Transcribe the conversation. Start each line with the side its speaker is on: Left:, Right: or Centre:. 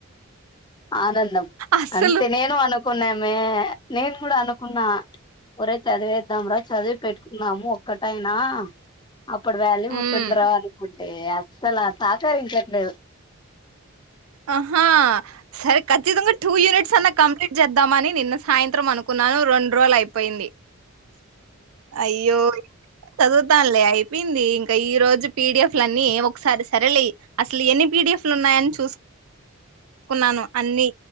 Left: ఆనందం
Right: అస్సలు
Left: అంతే నేను అనుకున్నామే నేను గూడా అనుకున్నా ఓ రెన్ చదివేద్దాంరా చదివి పెట్ మాము ఒక్కటైనా అప్పుడు వాల్యూ
Right: మ్మ్
Left: ఉంటుంది రా అనుకుంటి ఏ అస్సలు సహకరించట్లేదు
Right: ఆహా సరే ఖచ్చితంగా టూ యూనిట్ ట్స్ అన్నా కంప్లీట్ చేద్దామని నిన్న సాయంత్రం అనుకున్నాను రెండు రోజులు అయిపోయింది అయ్యో చదువుతాన్లే అయిపోయింది ఇంక ఈ రోజు పీడిఎఫ్లన్నీ ఒకసారి సరేలే అసలు ఎన్ని పీడిఎఫ్లు ఉన్నాయని చూస్ కున్నాను అన్నీ